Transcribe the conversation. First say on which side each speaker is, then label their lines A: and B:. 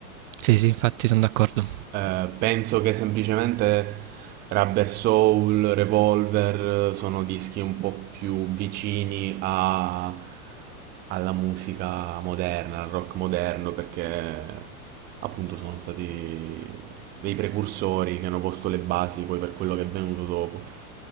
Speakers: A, on the right (about 60°); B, on the right (about 20°).
A: Sì, sì, infatti sono d'accordo.
B: Eh, penso che semplicemente Rubber Soul, Revolver eh, sono dischi un po' più vicini a- alla musica moderna, al rock moderno, perché appunto sono stati dei precursori che hanno posto le basi poi per quello che è venuto dopo.